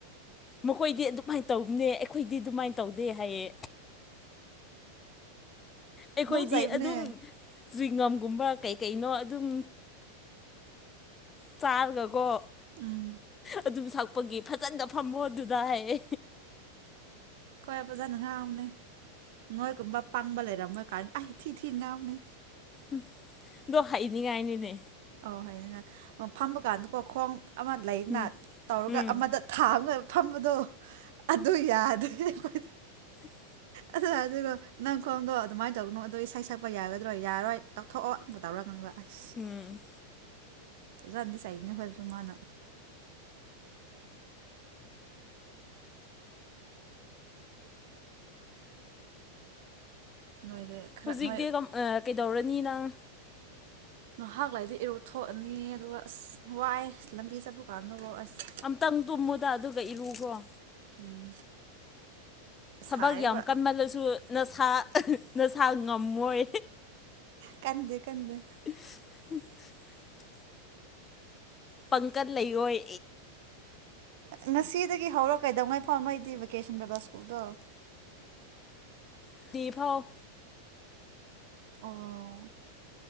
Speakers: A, on the left; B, on the right.
A: ꯃꯈꯣꯏꯗꯤ ꯑꯗꯨꯃꯥꯏꯅ ꯇꯧꯕꯅꯦ ꯑꯩꯈꯣꯏꯗꯤ ꯑꯗꯨꯃꯥꯏꯅ ꯇꯧꯗꯦ ꯍꯥꯏꯌꯦ ꯑꯩꯈꯣꯏꯗꯤ
B: ꯑꯗꯨꯝ ꯆꯩꯕꯅꯦ
A: ꯑꯗꯨꯝ ꯁ꯭ꯋꯤꯉꯝꯒꯨꯝꯕ ꯀꯩꯀꯩꯅꯣ ꯑꯗꯨꯝ ꯆꯥꯔꯒꯀꯣ
B: ꯎꯝ
A: ꯑꯗꯨ ꯊꯛꯄꯒꯤ ꯐꯖꯅ ꯐꯝꯃꯣ ꯑꯗꯨꯗ ꯍꯥꯏꯌꯦ
B: ꯍꯣꯏ ꯐꯖꯅ ꯍꯥꯡꯉꯕꯅꯦ ꯅꯣꯏꯒꯨꯝꯕ ꯄꯥꯡꯕ ꯂꯩꯔꯝꯃꯣꯏ ꯀꯥꯏꯅ ꯑꯁ ꯊꯤ ꯊꯤꯅ ꯉꯥꯡꯕꯅꯦ
A: ꯎꯝ ꯑꯗꯣ ꯍꯩꯅꯤꯉꯥꯏꯅꯤꯅꯦ
B: ꯑꯣ ꯍꯥꯏꯅꯤꯡꯉꯥꯏ ꯑꯣ ꯐꯝꯃꯀꯥꯟꯗꯀꯣ ꯈꯣꯡ ꯑꯃ ꯂꯩꯅ
A: ꯎꯝ
B: ꯇꯧꯔꯒ
A: ꯎꯝ
B: ꯑꯃꯗ ꯊꯥ ꯑꯃꯒ ꯐꯝꯕꯗꯣ ꯑꯗꯨ ꯌꯥꯗ꯭ꯔꯦ ꯑꯩꯈꯣꯏ
A: ꯎ <inaudible>
B: ꯑ ꯑꯗꯨꯒ ꯅꯪ ꯈꯣꯡꯗꯣ ꯑꯗꯨꯃꯥꯏꯅ ꯇꯧꯒꯅꯨ ꯑꯣ ꯏꯁꯩ ꯁꯛꯄ ꯌꯥꯒꯗ꯭ꯔꯣ ꯌꯥꯔꯣꯏ ꯂꯧꯊꯣꯛꯑꯣ ꯇꯧꯔꯛꯀꯅꯣꯕ ꯑꯁ
A: ꯎꯝ
B: <unintelligible> ꯇꯖꯥꯟꯗꯤ ꯆꯥꯏꯕꯅꯦ ꯍꯣꯏꯕꯁꯨ ꯃꯥꯅ ꯅꯣꯏꯗꯤ ꯈꯔ
A: ꯍꯧꯖꯤꯛꯇꯤ
B: ꯅꯣꯏ
A: ꯀꯩꯗꯧꯔꯅꯤ ꯅꯪ
B: ꯉꯥꯏꯍꯥꯛ ꯂꯩꯔꯗꯤ ꯏꯔꯨ ꯊꯣꯛꯑꯅꯤ ꯑꯗꯨꯒ ꯑꯁ ꯋꯥꯏ ꯂꯝꯕꯤ ꯆꯠꯄ ꯀꯥꯟꯗꯒꯣ ꯑꯁ
A: ꯈꯤꯇꯪ ꯇꯨꯝꯃꯨꯗ ꯑꯗꯨꯒ ꯏꯔꯨꯈ꯭ꯔꯣ
B: ꯎꯝ
A: ꯊꯕꯛ
B: ꯁꯥꯏꯕ
A: ꯌꯥꯝ ꯀꯟꯃꯜꯂꯁꯨ ꯅꯁꯥ ꯅꯁꯥ ꯉꯝꯃꯣꯏ
B: ꯀꯥꯟꯗꯦ ꯀꯥꯟꯗꯦ
A: <inaudible> ꯄꯪꯀꯥꯜ ꯂꯩꯔꯣꯏ
B: ꯉꯁꯤꯗꯒꯤ ꯍꯧꯔꯒ ꯀꯩꯗꯧꯉꯥꯏ ꯐꯥꯎ ꯅꯣꯏꯗꯤ ꯕꯦꯀꯦꯁꯟ ꯕꯤꯕꯥ ꯁ꯭ꯀꯨꯜꯗꯣ
A: <unintelligible> ꯐꯥꯎ
B: ꯑꯣ